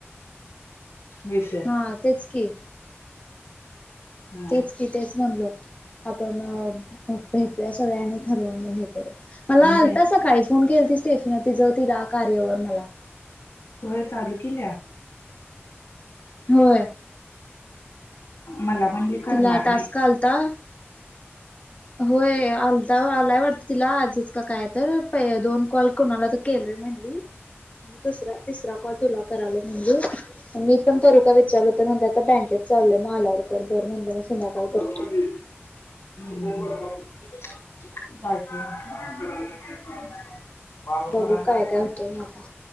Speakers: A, on the left; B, on the left.
A: विषय
B: हा तेच की
A: हा
B: तेच की तेच म्हणलो आपण भेटूया सगळ्यानी ठरवून मग हे करूया मला आलता
A: ते
B: सकाळी फोन केलती स्टेफीन तिझ तिला कार्यवर मला
A: व्हय चालू कील्या?
B: व्हय.
A: मला म्हणली करणार
B: तिला टास्क आलता, व्हय आल ता आलाय वाटतं तिला आजच का काय तर पै दोन कॉल कुणाला तर केलोय म्ह णली आणि दुसरा तिसरा कॉल तुला करालोय म्हणली मी पण करू का विचारलं तर म्हणल्या आता बँकेत चालोय म आल्यावर कर बरं म्हणलं म संध्याकाळी
A: नाही.
B: करतो.
A: <unintelligible> चालतंय <unintelligible> बाबा
B: बघू
A: भडंग
B: काय
A: आणि
B: काय
A: पाहिजे
B: होतंय मग आता